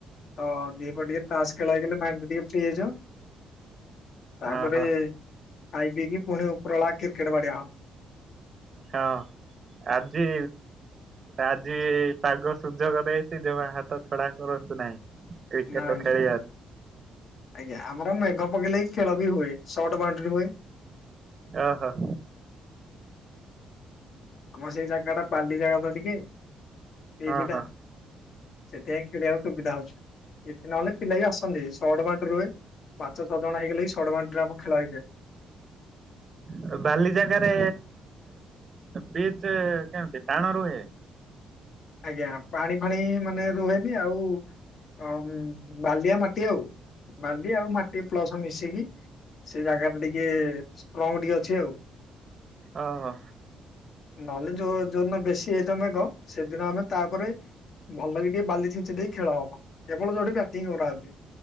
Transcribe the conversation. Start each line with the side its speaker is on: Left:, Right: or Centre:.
Left: ତ ଦିହିପର ଟିକେ ତାସ ଖେଳ ହେଇଗଲେ ମାଇଣ୍ଡ ଟିକେ ଫ୍ରି ହେଇଯାଉ। ତାପରେ
Right: ଓହୋ
Left: ଖାଇ ପିକି ପୁଣି ଉପର ବେଳା କ୍ରିକେଟ ବାଡିଆ ହବ।
Right: ହଁ ଆଜି ଆଜି ପାଗ ସୁଯୋଗ ଦେଇଛି ଜମା ହାତ ଛଡା କରନ୍ତୁ ନାହିଁ। କ୍ରିକେଟ
Left: ନାଇଁ
Right: ଖେଳିବା
Left: ନାଇଁ। ଆଜ୍ଞା ଆମର ମେଘ ପକେଇଲେ ଖେଳ ବି ହୁଏ ସର୍ଟ ବାଉଣ୍ଡରି ହୁଏ।
Right: ଓହୋ।
Left: ଆମର ସେଇ ଜାଗା ଟା ବାଲି ଜାଗା ତ ଟିକେ <unintelligible>
Right: ହଁ ହଁ
Left: ସେଥିପାଇଁ ଖେଳିବାକୁ ସୁବିଧାହେଉଛି। ଏଠି ନହେଲେ ପିଲା ବି ଆସନ୍ତି ଷଡ ବାଣ୍ଟରି ରୁହେ। ପାଞ୍ଚ ଛଅ ଜଣ ହେଇଗଲେ ଷଡ ବାଣ୍ଟରେ ଆମ ଖେଳ ହେଇଯାଏ।
Right: ହୁଁ ବାଲି ଜାଗାରେ ପିଚ କେମିତି ଟାଣ ରୁହେ?
Left: ଆଜ୍ଞା ପାଣି ଫାଣି ମାନେ ରୁହେନି ଆଉ ଅ ବାଲିଆ ମାଟି ଆଉ ବାଲି ଆଉ ମାଟି ପ୍ଲସ ମିଶିକି ସେ ଜାଗାରେ ଟିକେ ଷ୍ଟଙ୍ଗ ଟିକେ ଅଛି ଆଉ।
Right: ଓହୋ।
Left: ନହେଲେ ଯୋଉ ଯୋଉ ଦିନ ବେଶୀ ହେଇଥିବ ମେଘ ସେଦିନ ଆମେ ତାପରେ ଭଲ କି ଟିକେ ବାଲି ଛିଞ୍ଚି ଦେଇ ଖେଳ ହବ। କେବଳ ଯୋଉଠି ବ୍ୟାଟିଂ କରାହେଉଛି।